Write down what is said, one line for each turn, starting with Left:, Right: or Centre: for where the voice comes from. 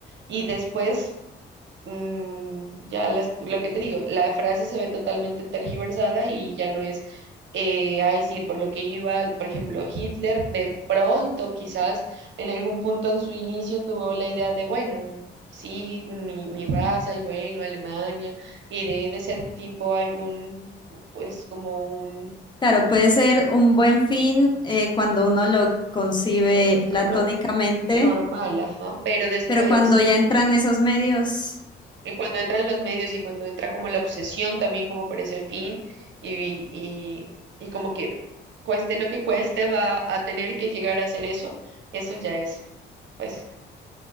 Right: y después mm, ya las- lo que te digo, la frase se ve totalmente tergiversada y ya no es, eh, ay, sí, por lo que iba, por ejemplo, Hitler de pronto quizás en algún punto en su inicio tuvo la idea de, bueno, sí, mi, mi raza y bueno, Alemania, y de, de ser tipo algún, pues como
Left: Claro, puede ser un buen fin eh, cuando uno lo concibe platónicamente,
Right: eh, no- normal, ajá, pero después,
Left: pero cuando ya entran esos medios.
Right: eh, cuando entran los medios y cuando entra como la obsesión también como por ese fin y, y, y como que cueste lo que cueste va a tener que llegar a hacer eso, eso ya es, pues